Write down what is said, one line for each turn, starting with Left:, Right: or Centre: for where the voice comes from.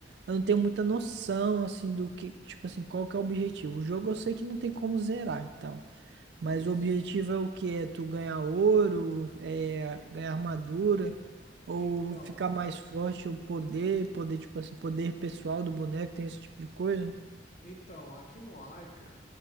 Right: eu não tenho
Left: Hum,
Right: muita noção, assim, do que, tipo assim, qual que é o objetivo. O jogo eu sei que não tem como zerar e tal,
Left: isso.
Right: mas o objetivo é o que? É tu ganhar ouro, é ganhar armadura, ou
Left: Então.
Right: ficar mais forte, ou poder, poder, tipo assim, poder pessoal do boneco, tem esse tipo de coisa?
Left: Então, aqui no AICA,